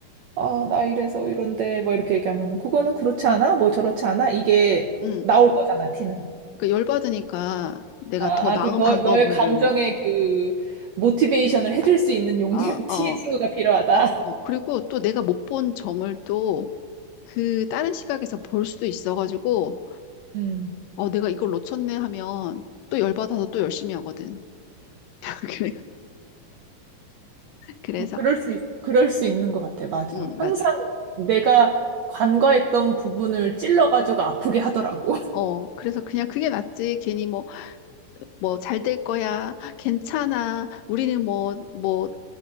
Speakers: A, on the right (about 80°); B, on the left (about 80°).
A: 아, 나 이래서 이런데, 막 이렇게 얘기하면, 그거는 그렇지 않아? 뭐 저렇지 않아? 이게
B: 응,
A: 나올 거잖아, 티는.
B: 그 열받으니까 내가
A: 아,
B: 더
A: 아,
B: 나은
A: 그 너,
B: 방법을,
A: 너의 감정의 그 모티베이션을 해줄 수 있는 용도로
B: 아,
A: <laughs> T의
B: 어,
A: 친구가 필요하다.
B: 뭐, 그리고 또 내가 못 본 점을 또 그 다른 시각에서 볼 수도 있어가지고,
A: 음.
B: 어, 내가 이걸 놓쳤네 하면 또 열받아서 또 열심히 하거든. <laughs> 그래, 그래서,
A: 어, 그럴 수, 있, 그럴 수 있는 것 같아. 맞아.
B: 응,
A: 항상
B: 맞아.
A: 내가 간과했던 부분을 찔러가지고 아프게 하더라고. <laughs>
B: 어, 그래서 그냥 그게 낫지. 괜히 뭐, 뭐, 잘 될 거야. 괜찮아. 우리는 뭐, 뭐,